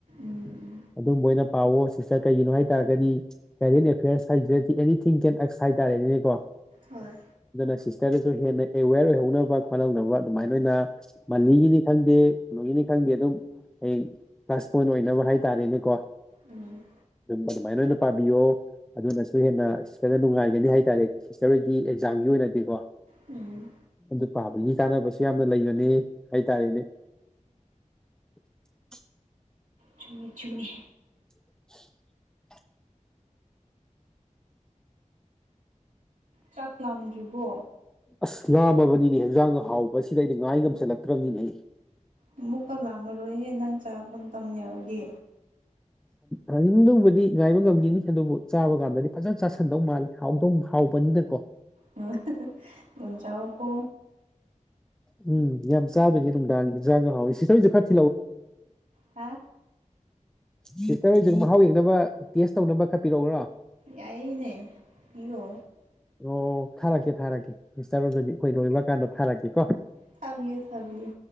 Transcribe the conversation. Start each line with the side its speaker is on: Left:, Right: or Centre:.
Right: ꯎꯝ
Centre: ꯑꯗꯨꯝꯕꯣꯏꯅ ꯄꯥꯋ ꯁꯤꯁꯇꯔ ꯀꯩꯒꯤꯅꯣ ꯍꯥꯏꯇꯥꯔꯒꯗꯤ ꯀꯦꯔꯦꯟ ꯑꯦꯐꯤꯌꯔꯁ ꯍꯥꯏꯁꯤꯗꯤ ꯑꯦꯅꯤꯊꯤꯡ ꯀꯦꯟ ꯑꯦꯛꯁ ꯍꯥꯏꯇꯥꯔꯦ ꯑꯗꯨꯅꯦꯀꯣ
Right: ꯍꯣꯏ
Centre: ꯑꯗꯨꯅ ꯁꯤꯁꯇꯔꯗꯁꯨ ꯍꯦꯟꯅ ꯑꯦꯋꯦꯔ ꯑꯣꯏꯍꯧꯅꯕ ꯈꯣꯠꯍꯧꯅꯕ ꯑꯗꯨꯃꯥꯏꯅ ꯑꯣꯏꯅ ꯃꯥꯜꯂꯤꯒꯤꯅꯤ ꯈꯪꯗꯦ ꯀꯩꯅꯣꯒꯤꯅꯤ ꯈꯪꯗꯦ ꯑꯗꯨꯝ ꯍꯌꯦꯡ ꯀ꯭ꯂ꯭ꯂꯥꯁ ꯄꯣꯏꯟ ꯑꯣꯏꯅꯕ ꯍꯥꯏꯇꯥꯔꯦꯅꯦꯀꯣ
Right: ꯎꯝ
Centre: ꯑꯗꯨ ꯑꯗꯨꯃꯥꯏꯅ ꯑꯣꯏꯅ ꯄꯥꯕꯤꯌꯣ ꯑꯗꯨꯅꯁꯨ ꯍꯦꯟꯅ ꯏꯁꯇꯔꯗ ꯅꯨꯡꯉꯥꯏꯒꯅꯤ ꯍꯥꯏꯇꯥꯔꯦ ꯏꯁꯇꯔ ꯍꯣꯏꯒꯤ ꯑꯦꯛꯖꯥꯝꯒꯤ ꯑꯣꯏꯅꯗꯤꯀꯣ
Right: ꯎꯝ
Centre: ꯑꯗꯨ ꯄꯥꯕꯒꯤ ꯀꯥꯟꯅꯕꯁꯨ ꯌꯥꯝꯅ ꯂꯩꯕꯅꯦ ꯍꯥꯏꯇꯥꯔꯦꯅꯦ <unintelligible>
Right: ꯆꯨꯝꯃꯦ ꯆꯨꯝꯃꯦ
Centre: <unintelligible>
Right: ꯆꯥꯛꯂꯝꯗ꯭ꯔꯤꯕꯣ
Centre: ꯑꯁ ꯂꯥꯝꯃꯕꯅꯤꯅꯦ ꯍꯦꯟꯖꯥꯡꯒ ꯍꯥꯎꯕꯁꯤꯗ ꯑꯩꯗꯤ ꯉꯥꯏ ꯉꯝꯁꯤꯜꯂꯛꯇ꯭ꯔꯕꯅꯤꯅꯦ ꯑꯩ
Right: ꯑꯃꯨꯛꯀ ꯂꯥꯝꯃꯔꯣꯏꯍꯦ ꯅꯪ ꯆꯥꯕ ꯇꯥꯝ ꯌꯧꯔꯗꯤ
Centre: ꯍꯥꯟꯅꯤꯡꯗꯨꯕꯨꯗꯤ ꯉꯥꯏꯕ ꯉꯝꯒꯤꯅꯤ ꯑꯗꯨꯕꯨ ꯆꯥꯕ ꯀꯥꯟꯗꯗꯤ ꯐꯖꯅ ꯆꯥꯥꯁꯟꯗꯧ ꯃꯥꯜꯂꯦ ꯍꯥꯎꯗꯣꯡ ꯍꯥꯎꯕꯅꯤꯗꯀꯣ
Right: ꯎꯝ ꯌꯝꯆꯥꯎ ꯀꯣ
Centre: ꯎꯝ ꯌꯥꯝ ꯆꯥꯗꯣꯏꯅꯤ ꯅꯨꯡꯗꯥꯡꯒꯤ ꯍꯤꯟꯖꯡ ꯍꯥꯎꯋꯤ ꯁꯤꯁꯇꯔ ꯍꯣꯏꯁꯨ ꯈꯔꯥ
Right: ꯍꯥ
Centre: ꯁꯤꯁꯠꯔ ꯍꯣꯏꯁꯨ ꯃꯍꯥꯎ ꯌꯦꯡꯅꯕ ꯇꯦꯁ ꯇꯧꯅꯕ ꯈꯠꯄꯤꯔꯛꯎꯔꯣ
Right: ꯌꯥꯏꯌꯦꯅꯦ ꯞꯤꯌꯣ
Centre: ꯑꯣ ꯊꯥꯔꯛꯀꯦ ꯊꯥꯔꯛꯀꯦ ꯃꯤꯁꯇꯔ ꯑꯗꯨꯗꯤ ꯑꯩꯈꯣꯏ ꯂꯣꯏꯕ ꯀꯥꯟꯗ ꯊꯥꯔꯛꯀꯦꯀꯣ
Right: ꯊꯕꯤꯌꯨ ꯊꯕꯤꯌꯨ